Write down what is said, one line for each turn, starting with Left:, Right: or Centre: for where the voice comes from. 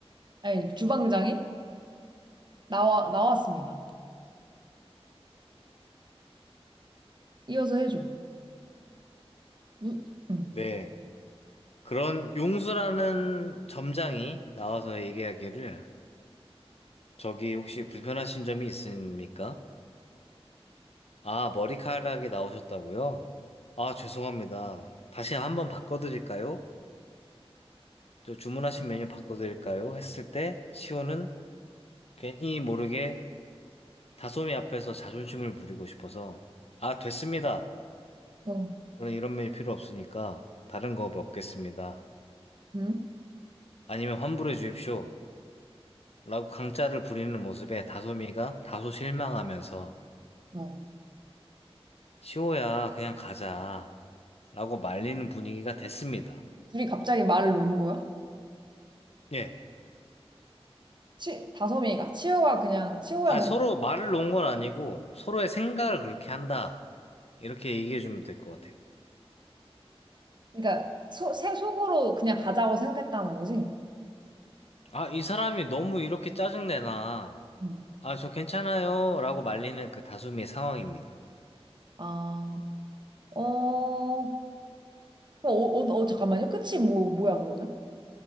Right: 아니, 주방장이 나와, 나왔습니다. 이어서 해줘. 무, 응,
Left: 네. 그런 용수라는 점장이 나와서 얘기하기를 저기 혹시 불편하신 점이 있습니까? 아, 머리카락이 나오셨다고요? 아, 죄송합니다. 다시 한번 바꿔드릴까요? 저 주문하신 메뉴 바꿔드릴까요? 했을 때 시호는 괜히 모르게 다솜이 앞에서 자존심을 부리고 싶어서 아, 됐습니다.
Right: 어,
Left: 저는 이런 메일 필요 없으니까 다른 거 먹겠습니다.
Right: 응,
Left: 아니면 환불해 주십시오. 라고 강짜를 부리는 모습에 다솜이가 다소 실망하면서
Right: 어.
Left: 시호야, 그냥 가자. 라고 말리는 분위기가 됐습니다.
Right: 둘이 갑자기 말을 놓는 거야?
Left: 예.
Right: 치, 다솜이가, 치우가 그냥, 치우야
Left: 아,
Right: 그냥,
Left: 서로 말을 놓은 건 아니고 서로의 생각을 그렇게 한다. 이렇게 얘기해 주면 될 것 같아요.
Right: 그러니까, 소, 새 속으로 그냥 가자고 생각했다는 거지?
Left: 아, 이 사람이 너무 이렇게 짜증내나.
Right: 응.
Left: 아, 저 괜찮아요. 라고 말리는 그 다솜이의 상황입니다.
Right: 아, 어, 어, 어, 어, 잠깐만요. 끝이 뭐, 뭐야, 그러면?